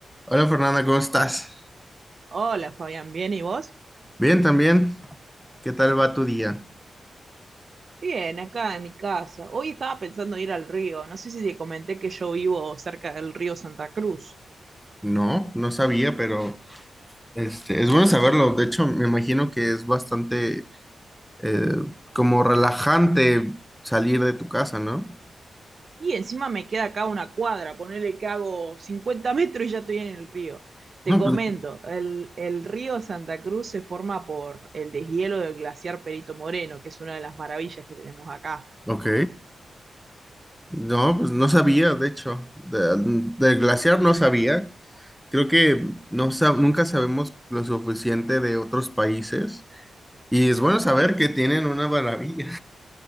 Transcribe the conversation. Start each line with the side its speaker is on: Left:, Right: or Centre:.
Centre: Hola Fernanda, ¿cómo estás?
Right: Hola Fabián, ¿bien y vos?
Centre: Bien, también. ¿Qué tal va tu día?
Right: Bien, acá en mi casa. Hoy estaba pensando ir al río. No sé si te comenté que yo vivo cerca del río Santa Cruz.
Centre: No, no sabía, pero este, es bueno saberlo. De hecho, me imagino que es bastante eh, como relajante salir de tu casa, ¿no?
Right: Y encima me queda acá una cuadra, ponele que hago 50 metros y ya estoy en el río. Te
Centre: No,
Right: comento,
Centre: pues,
Right: el, el río Santa Cruz se forma por el deshielo del glaciar Perito Moreno, que es una de las maravillas que tenemos acá.
Centre: ok. No, pues no sabía, de hecho. De- del glaciar no sabía. Creo que no sab- nunca sabemos lo suficiente de otros países. Y es bueno saber que tienen una maravilla.